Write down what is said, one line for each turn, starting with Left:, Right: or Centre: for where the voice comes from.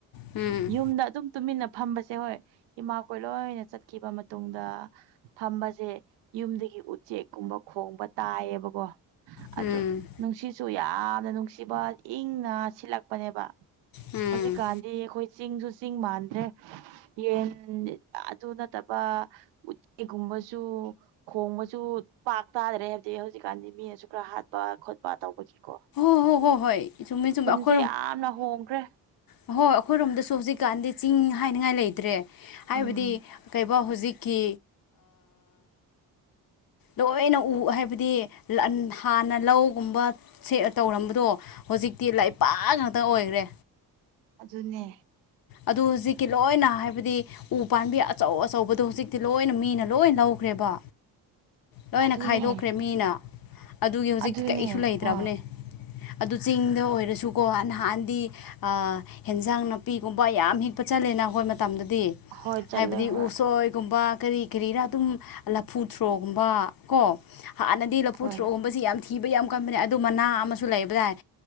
Left: ꯎꯝ
Right: ꯌꯨꯝꯗ ꯑꯗꯨꯝ ꯇꯨꯃꯤꯟꯅ ꯐꯝꯕꯁꯦ ꯍꯣꯏ ꯏꯃꯥ ꯀꯣꯏ ꯂꯣꯏꯅ ꯆꯠꯈꯤꯕ ꯃꯇꯨꯡꯗ ꯐꯝꯕꯁꯦ ꯌꯨꯝ ꯎꯆꯦꯛꯀꯨꯝꯕ ꯈꯣꯡꯕ ꯇꯥꯏꯌꯦꯕꯀꯣ ꯑ
Left: ꯎꯝ
Right: ꯅꯨꯡꯁꯤꯁꯨ ꯌꯥꯝꯅ ꯅꯨꯡꯁꯤꯕ ꯏꯪꯅ ꯁꯤꯜꯂꯛꯄꯅꯦꯕ
Left: ꯎꯝ
Right: ꯍꯧꯖꯤꯛ ꯥꯟꯙꯤ ꯑꯩꯈꯣꯏ ꯆꯤꯡꯁꯨ ꯆꯤꯡ ꯃꯥꯟꯗ꯭ꯔꯦ ꯌꯦꯟ ꯑꯗꯨ ꯅꯠꯇꯕ ꯎꯇꯤꯒꯨꯝꯕ ꯃꯆꯨ ꯈꯣꯡ ꯃꯁꯨꯨ ꯄꯥꯛ ꯇꯥꯗ꯭ꯔꯦ ꯍꯥꯏꯕꯗꯤ ꯍꯧꯖꯤꯛꯀꯥꯟꯗꯤ ꯃꯤꯅꯁꯨ ꯈꯔ ꯍꯥꯠꯄ ꯈꯣꯠꯄ ꯇ ꯀꯣ
Left: ꯍ ꯍꯣ ꯍꯣ ꯍꯣꯏꯨꯝꯃꯦꯨꯝꯃꯦꯣꯏ
Right: ꯁꯤ ꯌꯥꯝꯅ ꯍꯣꯡꯈ꯭ꯔꯦ
Left: ꯍꯍꯣꯏ ꯑꯩꯈꯣꯏꯔꯣꯝꯗꯁꯨ ꯍꯧꯖꯤꯛꯀꯥꯟꯗꯤ ꯆꯤꯡ ꯍꯥꯏꯅꯤꯡꯉꯥꯏ ꯂꯩꯇ꯭ꯔꯦ ꯍꯥꯏꯕꯗꯤ
Right: ꯎꯝ
Left: ꯍꯧꯖꯤꯛꯀꯤ ꯂꯣꯏꯅ ꯎ ꯍꯥꯏꯕꯗꯤ ꯍꯥꯟꯅ ꯂꯧꯒꯨꯝꯕ ꯇꯧꯔꯝꯕꯗꯣ ꯍꯧꯖꯤꯛꯇꯤ ꯂꯩꯄꯥꯛ ꯉꯥꯛꯇ ꯑꯣꯏꯈ꯭ꯔꯦ
Right: ꯑꯗꯨꯅꯦ
Left: ꯑꯗꯨ ꯍꯧꯖꯤꯛꯀꯤ ꯂꯣꯏꯅ ꯍꯥꯏꯕꯗꯤ ꯎ ꯄꯥꯕꯤ ꯑꯆꯧ ꯑꯆꯧꯕꯗꯣ ꯍꯧꯖꯤꯛꯇꯤ ꯂꯣꯏꯅ ꯃꯤꯅ ꯂꯣꯏꯅ ꯂꯧꯈ꯭ꯔꯦ ꯦꯕ ꯂꯣꯏꯅ
Right: ꯑꯗꯨꯅꯦ
Left: ꯈꯥꯏꯗꯣꯛꯈ꯭ꯔꯦ ꯃꯤꯅ ꯑꯗꯨꯒꯤ ꯍꯧꯖꯤꯛꯇꯤ
Right: ꯑꯗꯨꯅꯦ
Left: ꯀꯩꯁꯨ ꯂꯩꯇ꯭ꯔꯕꯅꯦ
Right: ꯍꯣꯏ
Left: ꯑꯗꯨ ꯆꯤꯡꯗ ꯑꯣꯏꯔꯁꯨ ꯀꯣ ꯅꯍꯥꯟꯗꯤ ꯍꯦꯟꯖꯥꯡ ꯅꯥꯄꯤꯒꯨꯝꯕ ꯌꯥꯝ ꯍꯤꯛꯄ ꯆꯠꯂꯦꯅ ꯍꯣꯏ ꯃꯇꯝꯗꯗꯤ
Right: ꯍꯣꯏ ꯆꯠꯂꯦ
Left: ꯍꯥꯏꯕꯗꯤ
Right: ꯍꯣꯏ
Left: ꯎꯁꯣꯏꯒꯨꯝꯕ ꯀꯔꯤ ꯀꯔꯤꯔꯥ ꯑꯗꯨꯝ ꯂꯐꯨꯊ꯭ꯔꯣꯒꯨꯝꯕ ꯀꯣ ꯍꯥꯟꯅꯗꯤ ꯂꯐꯨ
Right: ꯍꯣꯏ
Left: ꯊ꯭ꯔꯣꯒꯨꯝꯕꯁꯤ ꯌꯥꯝ ꯊꯤꯕ ꯌꯥꯝ ꯀꯕꯅꯦ ꯑꯗꯨ ꯃꯅꯥ ꯑꯃꯁꯨ ꯂꯩꯕꯗꯥꯏꯗꯤ